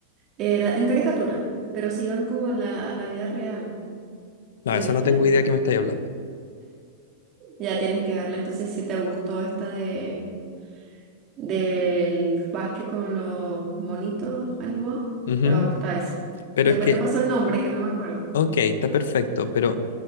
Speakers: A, on the right; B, on the left.
A: era en caricatura, pero se iban como a la, a la vida real.
B: No,
A: ¿La
B: esa
A: viste?
B: no tengo idea de qué me estáis hablando.
A: Ya tienes que verla. Entonces, si te gustó esta de del básquet con los monitos animados,
B: Ujú.
A: te va a gustar eso.
B: Pero
A: Después
B: es que
A: te paso el nombre, que no me acuerdo.
B: Ok, está perfecto, pero